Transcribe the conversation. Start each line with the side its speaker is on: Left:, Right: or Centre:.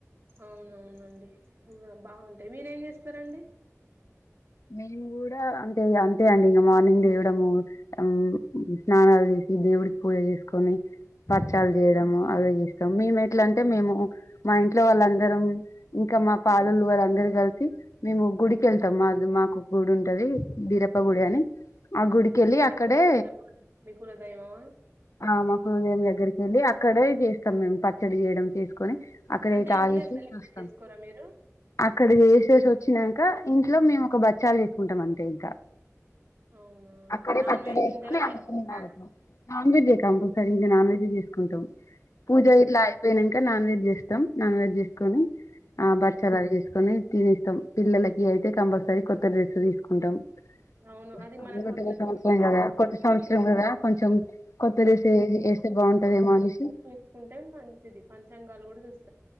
Right: అవునవునండి ఉగా బాగుంటాయి మీరేం చేస్తారండి
Left: మేము కూడా అంటే అంతే అండి ఇంగ మార్నింగ్ లేవడము మ్మ్ స్నానాలు చే ఇంటి దేవుడికి పూజలు చేసుకొని పచ్చళ్ళు
Right: ఉమ్.
Left: అవి వీ స్తాం మేము ఎట్లా అంటే మేము మా ఇంట్లో వాళ్ళందరం ఇంకా మా పాలొల్లు వాళ్ళందరు కలిసి మేము గుడికి వెళ్తాం మాది మాకు ఒక గుడి ఉంటది బీరప్ప గుడి అని ఆ గుడికెళ్ళి
Right: మీ
Left: అక్కడే
Right: కుల దైవమా? మీ కుల దైవమా
Left: ఆ మా కుల దేవుని దగ్గరికి కెళ్ళి అక్కడే చేస్తాం మేము పచ్చడి చేయడం చేసుకొని అక్కడయితే
Right: అంటే ఇంట్లో
Left: ఆలేసి
Right: సెలబ్రేట్
Left: చేస్తాం
Right: చేసుకోరా మీరు
Left: అక్కడ వేసి చేసి వచ్చినాంకా ఇంట్లో మేము ఒక బచ్చాలు చేసుకుంటాం అంతే ఇంకా
Right: అవునా
Left: అక్కడ
Right: నాన్
Left: పక్కనే
Right: వెజ్ తింటారా
Left: ఏసీ <unintelligible>
Right: వెజ్ తింటారా
Left: నాన్ వెజ్ కంపల్సరీ ఇంగ నాన్ వెజ్ ఏ చేసుకుంటాం పూజ
Right: ఉమ్,
Left: ఇట్లా అయిపోయిన త నాన్ వెజ్ చేస్తాం నాన్ వెజ్ చేసుకొని ఆ బచ్చలు
Right: ఉమ్.
Left: చేసుకొని తినేస్తాం పిల్లలకి అయితే కంపల్సరీ కొత్త డ్రెస్సులు తీసుకుంటాం
Right: అవును
Left: ఆ
Right: అది మన
Left: నూతన
Right: కొత్త
Left: సంవత్సరం కదా
Right: కాబట్టి
Left: కొత్త సంవత్సరం కదా కొంచెం కొత్తది ఏస్ ఏ ఎస్తే చ బాగుంటది ఏమో అనేసి
Right: తెచ్చుకుంటే మంచిది పంచాంగాలు కూడా చూస్